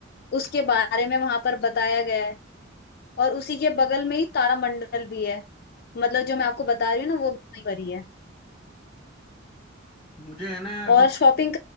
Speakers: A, on the left; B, in the centre.
A: उसके बारे में वहां पर बताया गया है और उसी के बगल में ही तारामंडल भी है मतलब जो मैं आपको बता रही हूँ ना वो भी वहीं पर ही है
B: मुझे है ना यार
A: और शॉपिंग